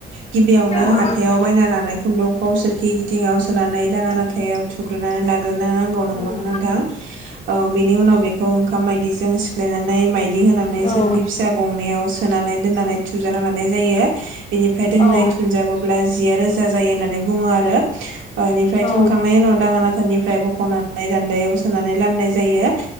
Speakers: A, on the right (about 75°); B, on the left (about 35°).
A: गिबियावनो
B: उम
A: हाथायाव बायना लानाय खुन्दुंखौ सोरखि थिङाव सोनानै दाङा नाथायाव थुग्रोननानै लागोन नो नांगौ नंगौनो
B: उम
A: नोंथां औ बेनि उनाव बेखौ ओंखाम बायदिजों लायनानै माइ बिदि होनानै
B: उम
A: सोरखि फिसा गंनायाव सोनानै दोननानै थुनानै लानाय जायो बिनिफ्राय दोंनै
B: औ
A: थुनजाबोब्ला जिया रोजा जायो होननानै बुङो आरो बिनिफ्राय
B: औ
A: थुनखांनायनि उनाव दाङानाथा निफ्राय बख'नाय दान्दायाव सोनानै लामनाय जायो